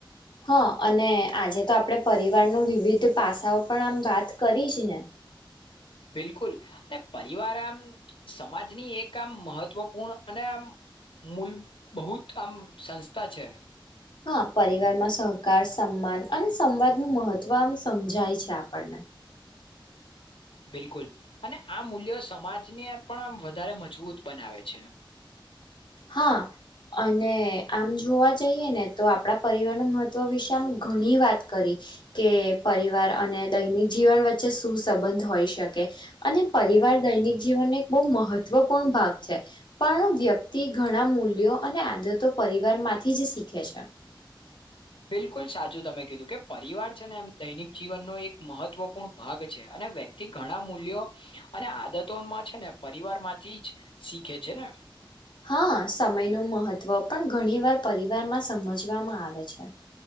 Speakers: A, on the left; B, on the left.
A: હા અને આજે તો આપણે પરિવાર ન વિવિધ પાસાઓ પણ આમ વાત કરીશ ને
B: બિલકુલ અને પરિવાર આમ સમાજની એક આમ મહત્વપૂર્ણ અને આમ મૂલ બહુત આમ સંસ્થા છે
A: હા પરિવારમાં સહકાર સન્માન અને સંવાદનું મહત્ત્વ આમ સમજાય છે આપણને
B: બિલકુલ અને આ મૂલ્યો સમાજને પણ વધારે મજબૂત બનાવે છે
A: હા અને આમ જોવા જઈએ ને તો આપણા પરિવારનું મહત્વ વિશે આમ ઘણી વાત કરી કે પરિવાર અને દૈનિક જીવન વચ્ચે સુુંસબંધ હોઈ શકે અને પરિવાર દૈનિક જીવનને એક બહુ મહત્વપૂર્ણ ભાગ છે પણ વ્યતિ તે ઘણા મૂલ્યો અને આદતો પરિવારમાંથી જ શીખે છે
B: બિલકુલ સાચું તમે કીધું કે પરિવાર છે ને એમ દૈનિક જીવનનો એક મહત્વપૂર્ણ ભાગ છે અને વ્યક્તિ ઘણા મૂલ્યો અને આદતોમાં છે ને પરિવાર માંથી જ શીખે છે ને
A: હા સમયનું મહત્વ પણ ઘણી વાર પરિવારમાં સમજવામાં આવે છે